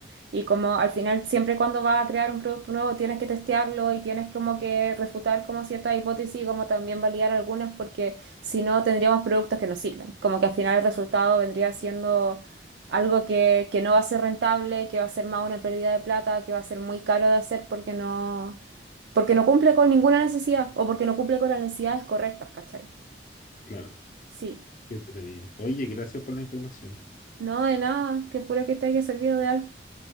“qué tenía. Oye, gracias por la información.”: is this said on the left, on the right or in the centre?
Left